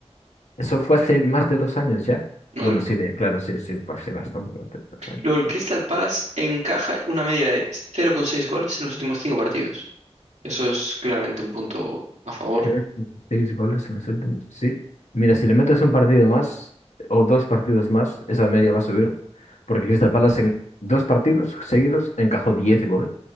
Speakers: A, on the left (about 85°); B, on the right (about 85°).
A: Eso fue hace más de dos años ya.
B: ¿no?
A: Bueno, sí, de, claro, sí, sí, fue hace bastante, bastante
B: Luego, el Crystal
A: años.
B: Palace encaja una media de 0,6 goles en los últimos cinco partidos. Eso es claramente un punto a favor.
A: Creo que Seis goles se me sueltan. Sí. Mira, si le metes un partido más o dos partidos más, esa media va a subir. Porque Crystal Palace en dos partidos seguidos encajó 10 goles